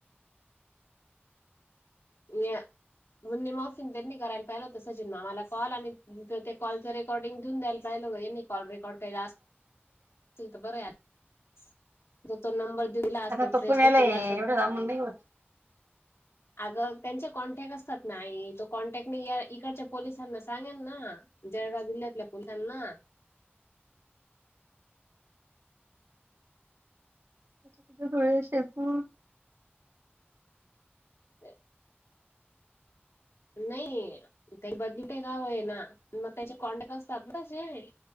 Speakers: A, on the left; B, on the right.
A: या म्ह मसिन त्यांनी करायला पाहिलं होत सचिन मामाला कॉल आणि ते कॉलचं रेकॉर्डिंग देऊन द्यायला कॉल रेकॉड काय
B: हा <unintelligible>
A: ते तर बरं य <unintelligible>
B: आता तो पुण्याला आहे एवढं लांबून नाही होत
A: अ ग त्यांचे कॉन्टॅक्ट असतात ना तो कॉन्टॅक्ट मी इकडच्या पोलिसांना सांगेल ना जळगाव जिल्ह्यातल्या <unintelligible> ना
B: <unintelligible> र शेपू
A: <unintelligible> नाही त्या बदली ते गाव आहे ना मग त्याचे कॉन्टॅक्ट असतात ना तसे आहे